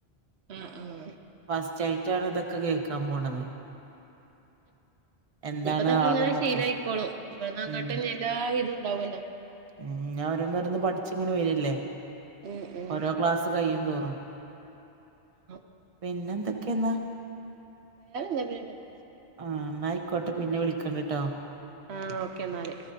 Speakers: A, on the right; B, on the right.
A: ഉം ഉം.
B: ഫസ്റ്റായിട്ടാണ് ഇതൊക്കെ കേക്കാൻ പോണത്. എന്താണ്
A: ഇഞ്ഞിപ്പതക്കെങ്ങനെ
B: ആള്ന്നൊക്കെ
A: ശീലായിക്കോളും ഇവടന്നങ്ങട്ട്
B: ഉം
A: ഇനി എല്ലാ ഇതുണ്ടാവല്ലോ-
B: ഉം ഇഞ്ഞി ഓരോന്നോരോന്ന് പഠിച്ചിങ്ങനെ വരല്ലേ
A: ഉം ഉം
B: ഓരോ ക്ലാസ്സ് കയ്യും തോറും.
A: അഹ്.
B: പിന്നെന്തൊക്കെന്നാ?
A: <unintelligible> ഇന്നലെന്താ <unintelligible> പിന്നെങള്
B: ആഹ് ഇന്നായിക്കോട്ടെ പിന്നെ വിളികണ്ട്ട്ടോ.
A: ആഹ് ഓക്കെന്നാല്.